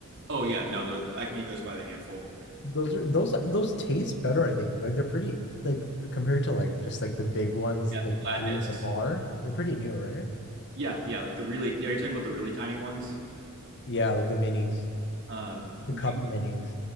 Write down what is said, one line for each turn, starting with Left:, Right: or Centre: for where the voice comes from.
Right: oh yeah no no I can eat those by the handful.
Left: Those are those those taste better, I think. Like they're pretty like compared to like just like the big ones,
Right: Yeah,
Left: like
Right: the
Left: the
Right: flat
Left: three
Right: discs.
Left: in the bar. They're pretty new, right?
Right: Yeah, yeah, like the really are you talking about the really tiny ones?
Left: Yeah, like the minis,
Right: Uh,
Left: the
Right: but
Left: cup minis.